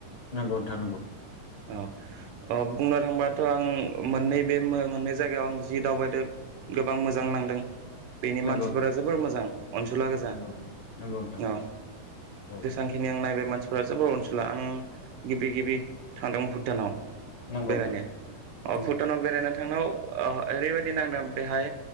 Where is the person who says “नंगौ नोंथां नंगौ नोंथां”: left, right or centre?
Left